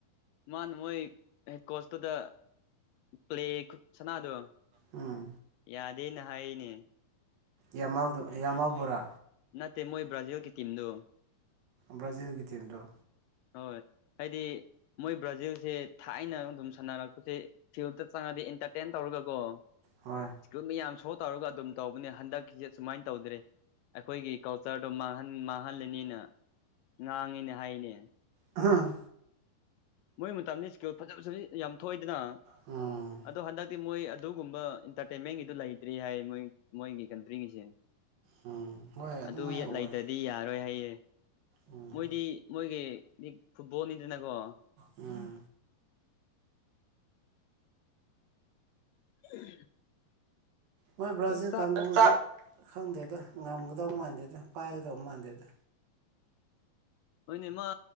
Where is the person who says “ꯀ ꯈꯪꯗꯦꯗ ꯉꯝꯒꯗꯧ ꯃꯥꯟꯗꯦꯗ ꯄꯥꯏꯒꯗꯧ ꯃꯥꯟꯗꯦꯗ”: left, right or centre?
Right